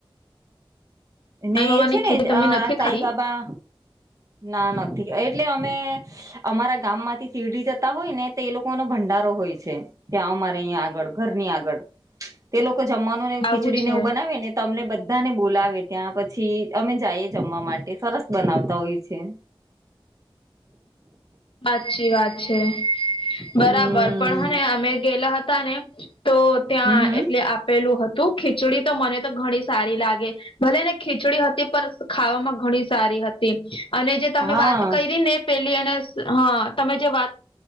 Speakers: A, on the right; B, on the left.
A: ને
B: મારી મામાની
A: એ છે ને
B: ખીચડી
A: અ
B: તમે નથી
A: સાંઈબાબા
B: ખાધી
A: ના નથી એટલે અમે... અમારા ગામ માંથી શીરડી જતા હોય ને તો એ લોકો નો ભંડારો હોય છે. ત્યાં અમારે અહીં આગળ ઘર ની આગળ. તે લોકો જમવાનું ને ખીચડી
B: આવું છે
A: ને એવું બનાવે ને તો અમને બધાને બોલાવે. ત્યાં પછી અમે જાઈએ જમવા માટે સરસ બનાવતા હોય છે.
B: સાચી વાત છે બરાબર
A: હમ્મ.
B: પણ હને અમે ગયેલા હતા ને... તો ત્યાં
A: હમ્મ હમ્મ
B: એટલે આપેલું હતું ખીચડી તો મને તો ઘણી જ... સારી લાગે. ભલે ને ખીચડી હતી પણ ખાવામાં ઘણી સારી હતી. અને જે તમે
A: હા
B: વાત કરી ને પેલી અને હ તમે જે વાત...